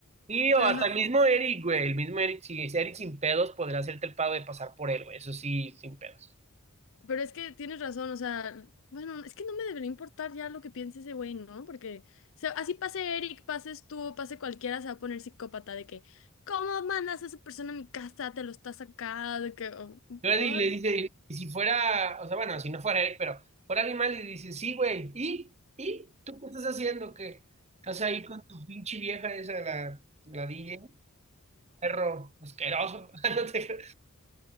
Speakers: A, on the right; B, on the left.
A: Sí, o
B: Pero
A: hasta
B: ajá,
A: el mismo Eric, güey. El mismo Eric, si es Eric sin pedos, podría hacerte el pago de pasar por él, güey. Eso sí, sin pedos.
B: pero es que tienes razón, o sea, bueno, es que no me debería importar ya lo que piense ese güey, ¿no? Porque o sea, así pase Eric, pases tú, pase cualquiera, se va a poner psicópata de que, ¿cómo mandas a esa persona a mi casa? Te lo estás acá, de que,
A: Yo le,
B: oh,
A: di- le dice, y si fuera, o sea, bueno, si no fuera Eric, pero fuera alguien más, le dice, sí, güey. ¿Y? ¿Y? ¿Tú qué estás haciendo? ¿Qué estás ahí con tu pinche vieja esa, la, la DJ? Perro, asqueroso. <laughs> No te-